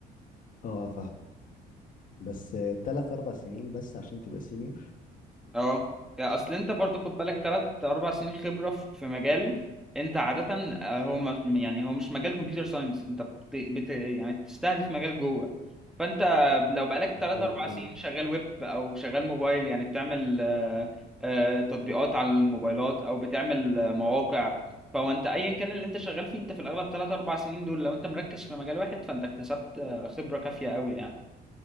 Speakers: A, on the left (about 50°); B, in the centre.
A: اه فاهم بس ثلاث اربع سنين بس عشان تبقى سينيور
B: اه يعني اصل انت برضو خد بالك تلات اربع سنين خبرة في في مجال انت عادة آه، هو ما- يعني هو مش مجال كمبيوتر ساينس انت بت... بت... يعني بتستهدف مجال جوه فانت لو بقالك تلات
A: زي
B: اربع
A: ايه
B: سنين شغال ويب او شغال موبايل يعني بتعمل آه، آه، تطبيقات على الموبايلات او بتعمل آه، مواقع فهو انت ايا كان اللي انت شغال فيه انت في الاغلب تلات اربع سنين دول لو انت مركز في مجال واحد فانت اكتسبت آه، خبرة كافية قوي يعني